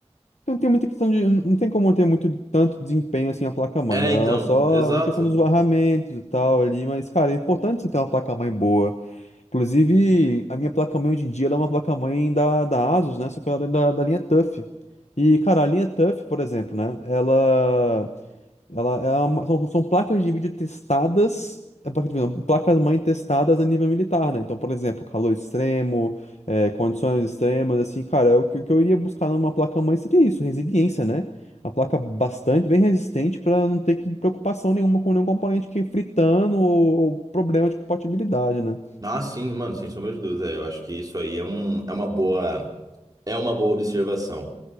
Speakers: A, on the left (about 75°); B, on the right (about 35°).
A: Não tem muita questão de. Não tem como ter muito tanto desempenho assim a placa-mãe,
B: É,
A: né? Ela
B: então,
A: é só
B: exato.
A: a questão dos barramentos e tal ali, mas, cara, é importante você ter uma placa-mãe boa. Inclusive, a minha placa-mãe hoje em dia ela é uma placa-mãe da, da Asus, né? Só que ela é da, da linha TUF. E, cara, a linha TUF, por exemplo, né? Ela. Ela é uma- são, são placas de vídeo testadas, é, placa de vídeo, não, placas-mãe testadas a nível militar, né? Então, por exemplo, calor extremo, é, condições extremas, assim, cara, o que, o que eu iria buscar numa placa-mãe seria isso, resiliência, né? A placa bastante, bem resistente, para não ter que, preocupação nenhuma com nenhum componente que fritando ou, ou problema de compatibilidade, né?
B: Ah, sim, mano, sem sombra de dúvida. é, eu acho que isso aí é um, é uma boa é uma boa observação.